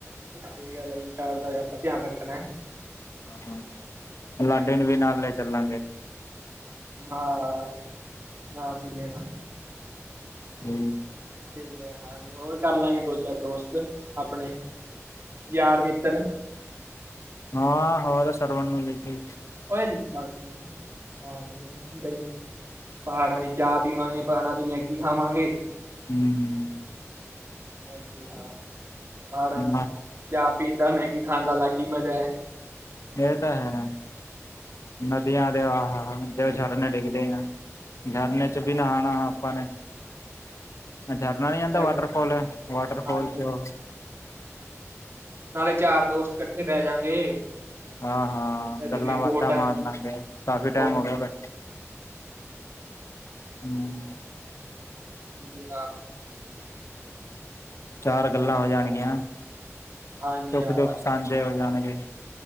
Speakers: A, on the right; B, on the left.
A: ਸਹੀ ਗੱਲ ਆ ਜੀ ਕੱਲ ਦਾ ਆਪਾਂ ਧਿਆਨ ਰੱਖਣਾ ਹੈ।
B: ਹਾਂ ਲਾਡੇ ਨੂੰ ਵੀ ਨਾਲ ਲੈ ਚੱਲਾਂਗੇ।
A: ਹਾਂ ਨਾਮ ਨੀ ਲੈਣਾ।
B: ਹੂੰ।
A: ਠੀਕ ਐ ਹਾਂਜੀ ਹੋਰ ਕਰਲਾਂਗੇ ਦੋ-ਚਾਰ ਦੋਸਤ ਆਪਣੇ ਯਾਰ ਮਿੱਤਰ
B: ਹਾਂ ਹੋਰ ਸਰਵਾਂ ਨੂੰ ਜਾ ਕੇ
A: <unintelligible> ਪਹਾੜਾਂ ਦੀ ਚਾਹ ਪੀਵਾਂਗੇ ਪਹਾੜਾਂ ਦੀ ਮੈਗੀ ਖਾਵਾਂਗੇ।
B: ਹੂੰ
A: ਹਾਂਜੀ ਹਾਂ ਪਹਾੜਾਂ ਚਾਅ
B: ਨਾ
A: ਪੀਂਣਦਾ ਮੈਗੀ ਖਾਣ ਦਾ ਅਲੱਗ ਈ ਮਜ਼ਾ ਐ।
B: ਇਹ ਤਾਂ ਹੈ ਨਦੀਆਂ ਦੇਵਾ ਹਨ। ਉਹ ਝਰਨੇ ਡਿੱਗਦੇ ਆ ਝਰਨੇ
A: ਹਾਂਜੀ
B: ਚ
A: ਹਾਂ
B: ਵੀ ਨਹਾਣਾ ਆਪਾਂ ਨੇ। ਝਰਨਾ ਨੀ ਆਦਾ
A: ਹਾਂ
B: ਵਾਟਰਫੋਲ ਵਾਟਰਫੋਲ
A: ਹਾਂਜੀ
B: ਚ
A: ਨਾਲੇ ਚਾਰ ਦੋਸਤ ਕੱਠੇ ਬਹਿ ਜਾਂਗੇ।
B: ਆਹ ਹਾਂ
A: ਵੈਸੇ
B: ਗੱਲਾਂ
A: ਵੀ
B: ਬਾਤਾਂ
A: ਬਹੁਤ ਟਾਈਮ
B: ਮਾਰ
A: ਤੋਂ
B: ਲਾਂਗੇ। ਕਾਫ਼ੀ
A: ਬਹੁਤ
B: ਟਾਈਮ ਹੋ ਗਿਆ <inaudible> ਬਸ ਹੂੰ
A: ਹਾਂਜੀ ਹਾਂ।
B: ਚਾਰ ਗੱਲਾਂ ਹੋ ਜਾਣਗੀਆਂ
A: ਹਾਂ ਹਾਂਜੀ
B: ਸੁੱਖ-ਦੁੱਖ
A: ਹਾਂ
B: ਸਾਂਝੇ ਹੋ ਜਾਣਗੇ।